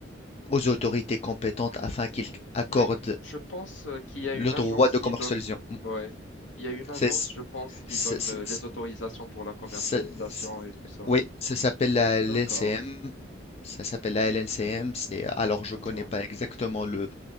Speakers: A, on the left (about 30°); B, on the left (about 70°).
A: aux autorités compétentes afin qu'ils accordent
B: Oui, je pense euh, qu'il y a une
A: le droit
B: agence
A: de
B: qui
A: commercialisation.
B: donne,
A: Mm.
B: ouais, il y a une agence,
A: C'est, c'est-
B: je pense, qui
A: c'est-
B: donne euh, les
A: c'est-
B: autorisations pour la commercialisation
A: c'est-
B: et tout ça.
A: oui, ça s'appelle la LNCM.
B: D'accord,
A: Ça s'appelle la LNCM. C'est, alors, je
B: d'accord.
A: connais pas exactement le,